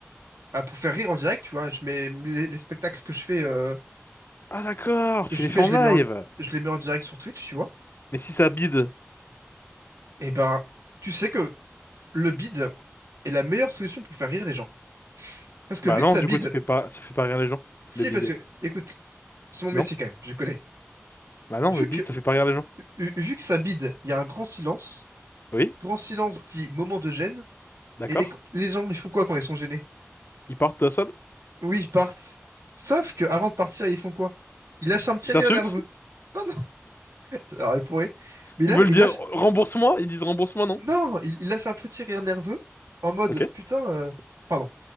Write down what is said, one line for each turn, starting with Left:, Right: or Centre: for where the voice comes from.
Right: ah, pour faire rire en direct, tu vois. Je mets les, les spectacles que je fais, euh,
Left: Ah d'accord,
Right: que
Left: tu
Right: je
Left: les
Right: fais,
Left: fais en
Right: je
Left: live.
Right: les mets en, je les mets en direct sur Twitch, tu vois.
Left: Mais si ça bide.
Right: Et ben, tu sais que le bid est la meilleure solution pour faire rire les gens. Parce que
Left: Bah
Right: vu
Left: non,
Right: que ça
Left: du
Right: bide,
Left: coup, ça fait pas, ça fait pas rire les gens.
Right: C'est
Left: Le bide.
Right: parce que, écoute, c'est mon métier
Left: Non?
Right: quand même, je connais.
Left: Bah non,
Right: Vu
Left: le bide,
Right: que,
Left: ça fait pas rire les gens.
Right: vu vu que ça bide, il y a un grand silence.
Left: Oui?
Right: Grand silence dit moment de gêne.
Left: D'accord.
Right: Et les, les gens, ils font quoi quand ils sont gênés?
Left: Ils partent seuls.
Right: Oui, ils partent. Sauf que avant de partir, ils font quoi? Ils lâchent un petit
Left: Ils
Right: rire
Left: t'insultent.
Right: nerveux. Non, non, <laughs> alors ils pourraient. Mais là,
Left: Ils veulent
Right: ils
Left: dire
Right: lâchent,
Left: rembourse-moi. Ils disent rembourse-moi, non?
Right: non, ils, ils lâchent un petit rire nerveux en mode,
Left: Ok.
Right: putain, euh, pardon.